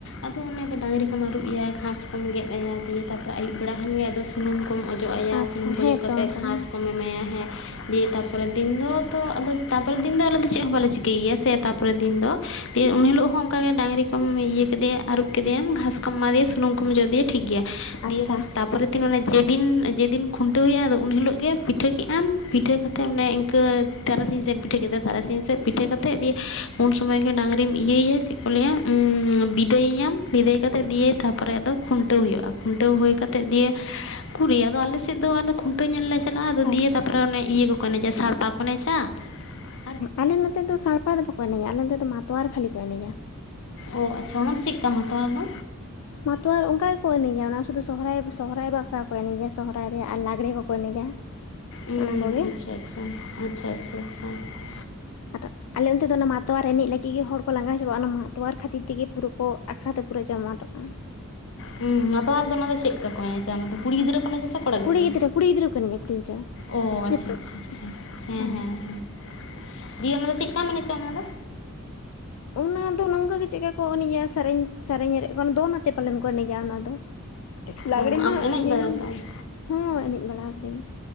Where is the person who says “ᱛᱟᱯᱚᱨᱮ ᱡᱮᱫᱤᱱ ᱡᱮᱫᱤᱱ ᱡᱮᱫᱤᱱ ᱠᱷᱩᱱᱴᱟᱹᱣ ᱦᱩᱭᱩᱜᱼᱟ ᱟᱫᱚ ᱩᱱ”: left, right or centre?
Left